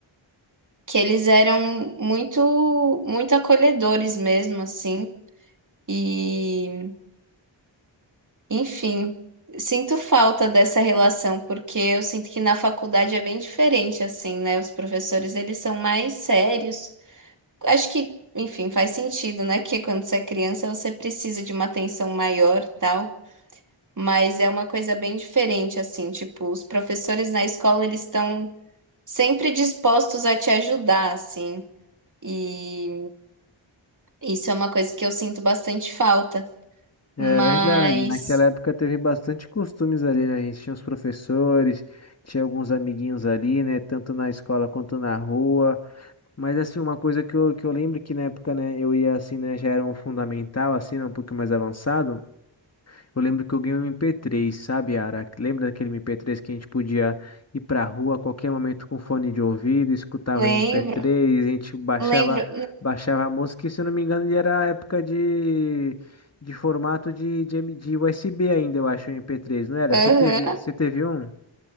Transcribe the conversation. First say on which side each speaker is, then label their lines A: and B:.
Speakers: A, on the right (about 40°); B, on the left (about 30°).
A: que eles eram muito, muito acolhedores mesmo, assim, e, enfim, sinto falta dessa relação, porque eu sinto que na faculdade é bem diferente, assim, né? Os professores, eles são mais sérios. Acho que, enfim, faz sentido, né? Que quando você é criança, você precisa de uma atenção maior, tal. mas é uma coisa bem diferente, assim, tipo, os professores na escola, eles estão sempre dispostos a te ajudar, assim, e isso é uma coisa que eu sinto bastante falta,
B: É
A: mas
B: verdade, naquela época teve bastante costumes ali, né? A gente tinha os professores, tinha alguns amiguinhos ali, né? Tanto na escola quanto na rua. Mas assim, uma coisa que eu, que eu lembro que na época, né, eu ia assim, né, já era um fundamental, assim, né, um pouquinho mais avançado. Eu lembro que eu ganhei um MP3, sabe, Ara? Lembra daquele MP3 que a gente podia ir pra rua a qualquer momento com fone de ouvido, escutava
A: lembro,
B: o MP3, a gente baixava,
A: lembro,
B: baixava a música, e se eu não me engano, ele era a época de, de formato de, de, M- de USB ainda, eu acho, o MP3, não era?
A: aham.
B: Você teve, você teve um?